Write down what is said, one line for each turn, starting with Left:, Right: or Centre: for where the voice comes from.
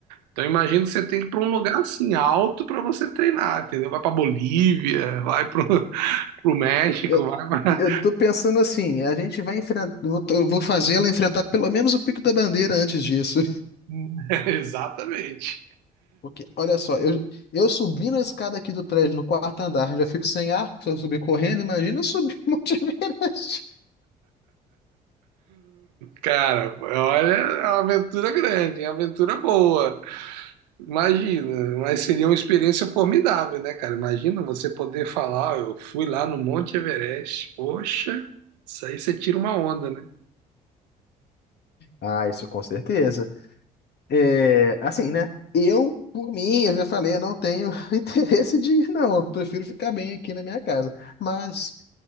Right: Então imagino que você tem que ir para um lugar assim alto para você treinar, entendeu? Vai para Bolívia, vai para o <laughs> México,
Left: eu,
Right: vai para...
Left: eu tô pensando assim, a gente vai enfrentar. Eu vou, eu vou fazer ela enfrentar pelo menos o Pico da Bandeira antes disso.
Right: <laughs> Exatamente.
Left: Porque, olha só, eu, eu subi na escada aqui do prédio, no quarto andar, já fico sem ar, se eu subir correndo, imagina eu subir o Monte Everest.
Right: Cara, olha, é uma aventura grande, é uma aventura boa. Imagina, mas seria uma experiência formidável, né, cara? Imagina você poder falar, "Ó, eu fui lá no Monte Everest. Poxa, isso aí você tira uma onda, né?
Left: Ah, isso com certeza. É, assim, né? Eu, por mim, eu já falei, eu não tenho <laughs> interesse de ir, não. Eu prefiro ficar bem aqui na minha casa. Mas